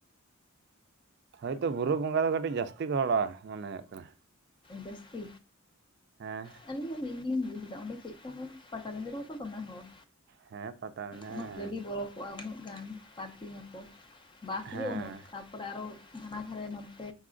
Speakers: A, on the right; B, on the left.
A: ᱦᱳᱭᱛᱚ ᱵᱩᱨᱩ ᱵᱚᱸᱜᱟ ᱫᱚ ᱠᱟᱹᱴᱤᱡ ᱡᱟᱹᱥᱛᱤ ᱠᱚ ᱦᱚᱲᱚᱜ-ᱟ ᱢᱚᱱᱮ ᱦᱳᱭᱳᱜ ᱠᱟᱱᱟ
B: ᱡᱟᱹᱥᱛᱤ
A: ᱦᱮᱸ
B: <inaudible> ᱪᱮᱫ ᱞᱮᱠᱟ ᱦᱚᱲ ᱯᱟᱴᱟ ᱵᱤᱸᱫᱟᱹ ᱨᱮᱦᱚᱸ ᱛᱚ ᱫᱚᱢᱮ ᱦᱚᱲ
A: ᱦᱮᱸ ᱯᱟᱛᱟᱵᱤᱸᱫᱟᱹ
B: ᱩᱱᱟᱹᱜ
A: ᱦᱮᱸ ᱦᱮᱸ
B: ᱜᱟᱹᱰᱤ ᱵᱚᱞᱚ ᱠᱚᱜ-ᱟ ᱩᱱᱟᱹᱜ ᱜᱟᱱ ᱯᱟᱨᱠᱤᱝ ᱟᱠᱚ ᱵᱟᱥ
A: ᱦᱮᱸ
B: ᱜᱮ ᱩᱱᱟᱹᱜ ᱚᱸᱰᱮ ᱟᱨᱚ ᱦᱟᱱᱟ ᱫᱷᱟᱨᱮ ᱱᱚᱱᱛᱮ